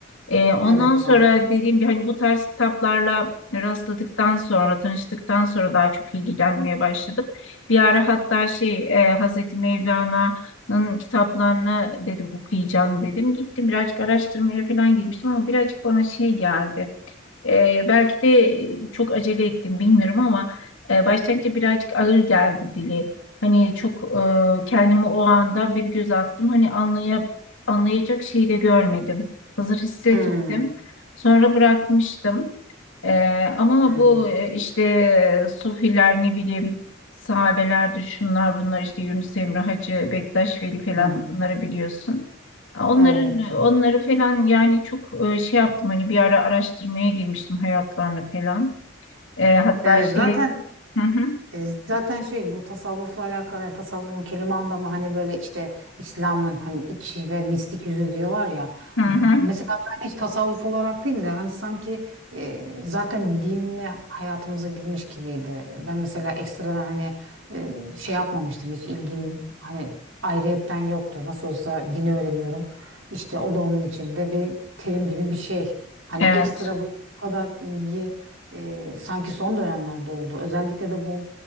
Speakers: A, on the left; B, on the right.
A: Ee, ondan
B: Evet
A: sonra
B: doğru.
A: dediğim gibi hani bu tarz kitaplarla rastladıktan sonra, tanıştıktan sonra daha çok ilgilenmeye başladım. Bir ara hatta şey e, Hazreti Mevlana'nın kitaplarını dedim okuyacağım dedim. Gittim birazcık araştırmaya falan girmiştim ama birazcık bana şey geldi. E, belki de çok acele ettim bilmiyorum ama e, başlangıçta birazcık ağır geldi dili. Hani çok e, kendimi o anda bir göz attım. Hani anlaya, anlayacak şeyi de görmedim. Hazır hissetmedim.
B: Hı.
A: Sonra bırakmıştım. E, ama
B: Hı.
A: bu e, işte Sofiler ne bileyim sahabelerdi şunlar bunlar işte Yunus Emre Hacı Bektaş Veli falan
B: Hı.
A: bunları biliyorsun. Onların
B: Evet.
A: onları falan yani çok e, şey yaptım hani bir ara araştırmaya girmiştim hayatlarını falan. E, hatta
B: Evet
A: şey
B: zaten
A: hı hı,
B: E, Zaten şey bu tasavvufla alakalı yani tasavvufun kelime anlamı hani böyle işte İslam'ın hani içi ve mistik yüzü diyorlar ya.
A: hı hı,
B: Mesela ben hiç tasavvuf olarak değil de hani sanki e, zaten dinle hayatımıza girmiş gibiydi. Ben mesela ekstradan hani e, şey yapmamıştım hiç ilgim hani ayrıyetten yoktu. Nasıl olsa dini öğreniyorum. İşte o da onun içinde bir terim gibi bir şey. Hani
A: evet
B: ekstra bu kadar ilgi e, sanki son dönemlerde oldu. Özellikle de bu